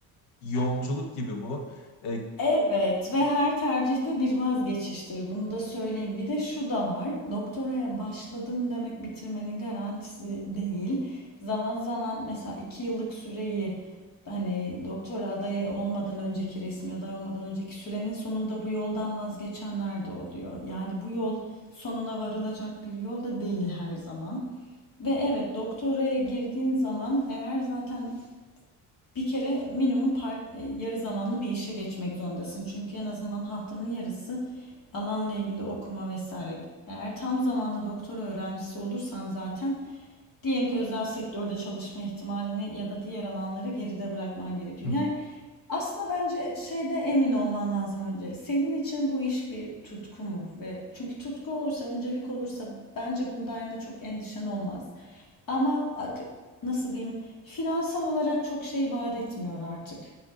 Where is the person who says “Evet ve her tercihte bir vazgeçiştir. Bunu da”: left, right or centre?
Left